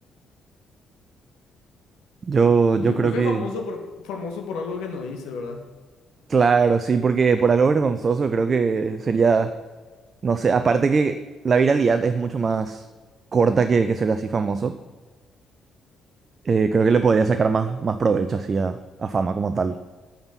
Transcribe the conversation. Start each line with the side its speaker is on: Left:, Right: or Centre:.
Right: Yo,
Left: Y
Right: yo
Left: yo
Right: creo
Left: creo que
Right: que
Left: es famoso por, famoso por algo que no hice, ¿verdad?
Right: Claro, sí, porque por algo vergonzoso creo que sería, no sé, aparte que la viralidad es mucho más corta que, que ser así famoso, eh, creo que le podría sacar más, más provecho así a, a fama como tal.